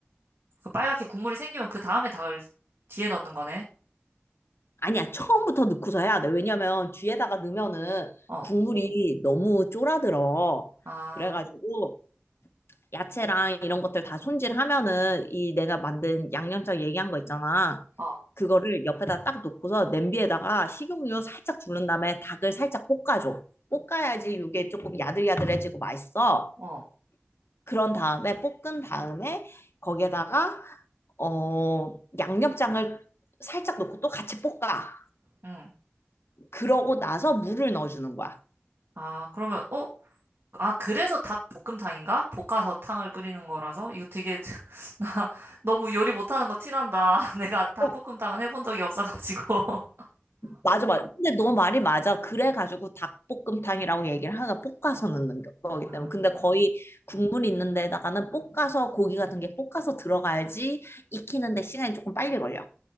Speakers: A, on the right; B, on the left.
A: 그 빨갛게 국물이 생기면 그 다음에 닭을 뒤에 넣는 거네.
B: 아니야, 처음부터 넣고서 해야 돼. 왜냐면 뒤에다가 넣으면은
A: 어.
B: 국물이 너무 쫄아들어.
A: 아,
B: 그래가지고 야채랑 이런 것들 다 손질하면은 이 내가 만든 양념장 얘기한 거 있잖아.
A: 어,
B: 그거를 옆에다 딱 놓고서 냄비에다가 식용유 살짝 두른 다음에 닭을 살짝 볶아줘. 볶아야지 이게 조금 야들야들해지고 맛있어.
A: 어,
B: 그런 다음에 볶은 다음에 거기에다가 어, 양념장을 살짝 넣고 또 같이 볶아.
A: 응.
B: 그러고 나서 물을 넣어주는 거야.
A: 아, 그러면, 어? 아, 그래서 닭볶음탕인가? 볶아서 탕을 끓이는 거라서? 이거 되게, <laughs> 나 너무 요리 못하는 거 티난다. <laughs> 내가 닭볶음탕은
B: 어,
A: 해본 적이 없어가지고. <laughs>
B: 맞아, 맞아. 근데 너 말이 맞아. 그래가지고 닭볶음탕이라고 얘기를 하나 볶아서 넣는 거- 거기
A: 아,
B: 때문에. 근데 거의 국물 있는 데다가는 볶아서 고기 같은 게 볶아서 들어가야지 익히는데 시간이 조금 빨리 걸려.